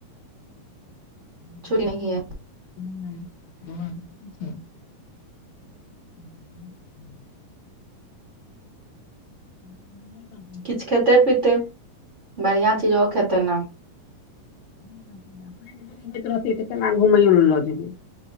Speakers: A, on the left (about 70°); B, on the right (about 40°).
A: <unintelligible>
B: छुट्टी नहिये
A: <unintelligible> <unintelligible>
B: किछ खेतै पीतै <inaudible> बढ़ियाँ चीज ओ खेतै न
A: <unintelligible> घुमै लऽ जबै